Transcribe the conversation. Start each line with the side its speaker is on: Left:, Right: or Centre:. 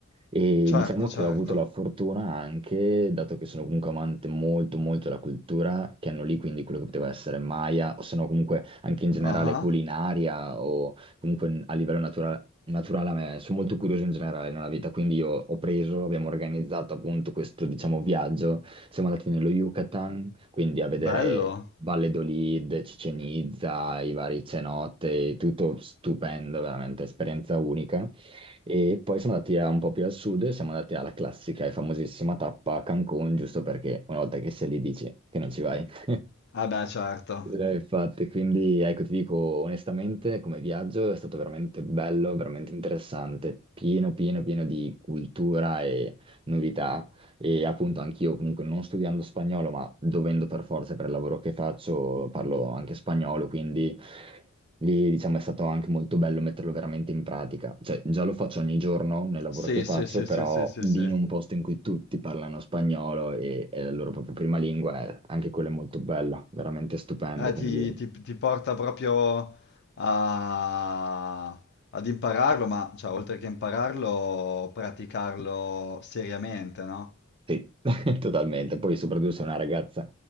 Right: E
Left: certo,
Right: diciamo
Left: certo.
Right: che ho avuto la fortuna anche, dato che sono comunque amante molto molto della cultura, che hanno lì quindi quello che poteva essere Maya, o se no comunque anche in generale
Left: Ah,
Right: culinaria, o comunque a livello natura- naturale, a me sono molto curioso in generale nella vita, quindi io ho preso, abbiamo organizzato appunto questo diciamo viaggio, siamo andati nello Yucatan, quindi a vedere...
Left: bello.
Right: Valladolid, Cicenizza, i vari cenote, tutto stupendo, veramente esperienza unica. E poi siamo andati a- un po' più al sud e siamo andati alla classica e famosissima tappa a Cancun, giusto perché una volta che sei lì dici che non ci vai. <laughs>
Left: Ah beh, certo.
Right: Eh, Infatti, quindi ecco, ti dico onestamente, come viaggio è stato veramente bello, veramente interessante, pieno, pieno, pieno di cultura e novità e appunto anch'io comunque non studiando spagnolo, ma dovendo per forza per il lavoro che faccio, parlo anche spagnolo, quindi lì diciamo è stato anche molto bello metterlo veramente in pratica. Cioè già lo faccio ogni giorno nel lavoro
Left: Sì,
Right: che faccio,
Left: sì, sì,
Right: però
Left: sì, sì, sì,
Right: lì
Left: sì.
Right: in un posto in cui tutti parlano spagnolo e è la loro propria prima lingua, eh, anche quello è molto bello, veramente stupendo,
Left: Ah,
Right: quindi...
Left: ti, ti- ti porta proprio a- ad impararlo, ma cioè, oltre che impararlo, praticarlo seriamente, no?
Right: Sì, <laughs> totalmente. Poi soprattutto se è una ragazza